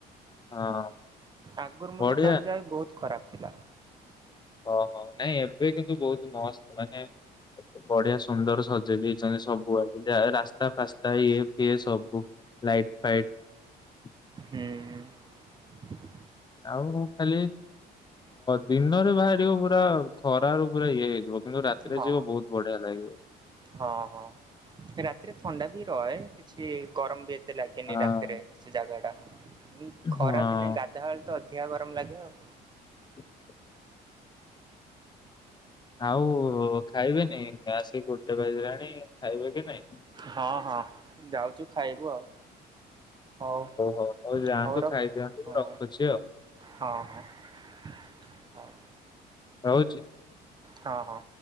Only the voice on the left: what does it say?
ହଁ
ବଢିଆ
ଓହୋ ନାଇଁ ଏବେ କିନ୍ତୁ ବହୁତ ମସ୍ତ ମାନେ ଏେ ବଢିଆ ସୁନ୍ଦର ସଜେଇ ଦେଇଇଛନ୍ତି। ସବୁ ଆଡେ ଯା ରାସ୍ତା ଫାସ୍ତା ଇଏ ଫିଏ ସବୁ ଲାଇଟ ଫାଇଟ।
ଆଉ ଖାଲି ଦିନରେ ବାହାରିବ ପୁରା ଖରାାରୁ ପୁରା ଇଏ ହେଇଯିବ। କିନ୍ତୁ ରାତିରେ
ଯିବ ବହୁତ ବଢିଆ ଲାଗିବ।
ହଁ
ହଁ।
<inaudible> ଆଉ ଖାଇବେନି, ଆସିିକି ଗୋଟେ ବାଜିଲାଣି ଖାଇବେ କି ନାଇଁ?
ହଉ ଯାଆନ୍ତୁ
ଖାଇଦିଅନ୍ତୁ
ମୁଁ ରଖୁଛି ଆଉ
ହଉଛି।